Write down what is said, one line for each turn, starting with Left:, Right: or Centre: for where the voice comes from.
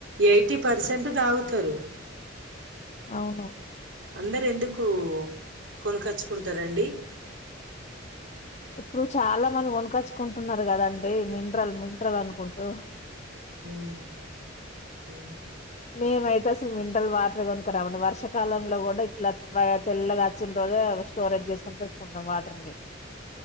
Right: ఎయిటీ పర్సెంట్ తాగుతరు
Left: ఔను
Right: అందరెందుకూ కొనకచ్చుకుంటరండి
Left: ఇప్పుడు చాలా మంది కొనకచ్చ కుంటున్నార్గదండి మిన్రల్ మిన్రల్ అనుకుంటూ
Right: హు
Left: మేమైతసల్ మిన్రల్ వాటరే కొన్కరామండి వర్షకాలంలో గుడ ఇట్లా తెల్లగచ్చిన రోజే స్టోరేజ్ చేస్కున్ పెట్టుకుంటం వాటర్ ని